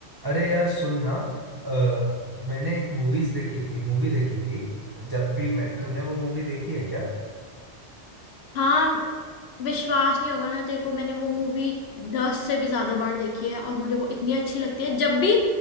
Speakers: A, on the right; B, on the left.
A: अरे यार सुन ना अ, मैंने एक मूवीज देखी थी मूवी देखी थी जब भी मेट तूने वो मूवी देखी है क्या
B: हाँ विश्वास नहीं होगा ना तेरे को मैंने वो मूवी दस से भी ज्यादा बार देखी है और मुझे वो इतनी अच्छी लगती है जब भी